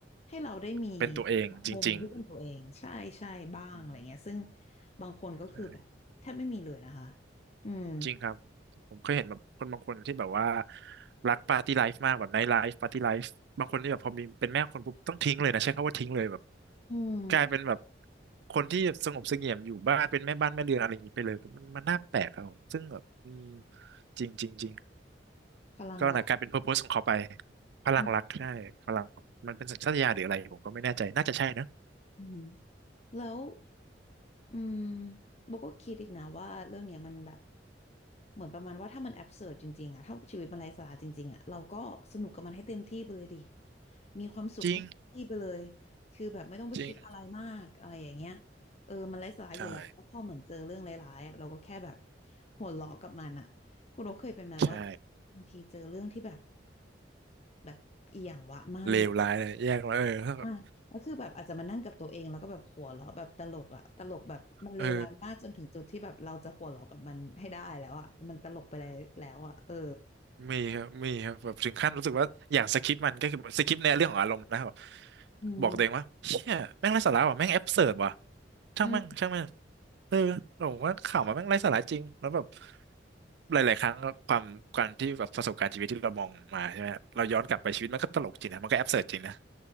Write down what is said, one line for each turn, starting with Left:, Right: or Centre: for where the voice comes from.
Left: ให้เราได้มี
Right: เป็นตัวเองจริง
Left: มุมที่เป็นตัวเองใช่ใช่บ้างอะไรเงี้ยซึ่ง
Right: ๆอืม
Left: บางคนก็คือแบบแทบไม่มีเลยนะคะ
Right: ใช่
Left: อืม
Right: จริงครับผมเคยเห็นแบบคนบางคนที่แบบว่ารักปาร์ตี้ไลฟ์มากแบบไนท์ไลฟ์ปาร์ตี้ไลฟ์บางคนที่แบบพอมีเป็นแม่คนปุ๊บต้องทิ้งเลยนะใช้คำว่าทิ้งเลยแบบ
Left: อืม
Right: กลายเป็นแบบคนที่แบบสงบเสงี่ยมอยู่บ้านเป็นแม่บ้านแม่เรือนอะไรอย่างนี้ไปเลยมันมันน่าแปลกครับผมซึ่งแบบอืมจริงจริงจริง
Left: พลังรัก
Right: ก็นะกลายเป็นเพอร์โพสของเขาไปพลังรักใช่พลังมันเป็นสัญชาตญาณหรืออะไรผมก็ไม่แน่ใจน่าจะใช่นะ
Left: อืมอืมแล้ว อืมโบก็คิดอีกนะว่าเรื่องเนี้ยมันแบบเหมือนประมาณว่าถ้ามันแอบเสิร์จริงๆอะถ้าชีวิตมันไร้สาระจริงๆอะเราก็สนุกกับมันให้เต็มที่ไปเลยดิมีความสุขให้เต็มที่ไปเลย
Right: จริง
Left: คือแบบไม่ต้องไปคิดอะไรมากอะไรอย่างเงี้ย
Right: จริง
Left: เออมันไร้สาระอยู่แล้วแล้วพอเหมือนเจอเรื่องร้ายๆอะเราก็แค่แบบ
Right: ใช่
Left: หัวเราะกับมันอะคุณโอเคยเป็นไหมว่า
Right: ใช่
Left: บางทีเจอเรื่องที่แบบแบบอีหยังวะมาก
Right: เลวร้ายเลยแยกมาเออถ้าแบบ
Left: มากแล้วคือแบบอาจจะมานั่งกับตัวเองแล้วก็แบบหัวเราะแบบตลกอะตลกแบบมันเลวร้ายมากจนถึงจุดที่แบบเราจะหัวเราะกับมันให้ได้แล้วอะมันตลกไปแล้วแล้วอะเออ
Right: เออมีครับมีครับแบบถึงขั้นรู้สึกว่าอยากสคิปมันก็คือสคิปในเรื่องของอารมณ์แล้วแบบ
Left: อืม
Right: บอกตัวเองว่าเชี่ยแม่งไร้สาระว่ะแม่งแอบเสิร์ดว่ะช่างแม่งช่างแม่ง
Left: อืม
Right: เออผมว่าข่าวมันแม่งไร้สาระจริงแล้วแบบหลายๆครั้งความการที่แบบประสบการณ์ชีวิตที่เรามองมาใช่ไหมเราย้อนกลับไปชีวิตมันก็ตลกจริงนะมันก็แอบเสิร์ดจริงนะ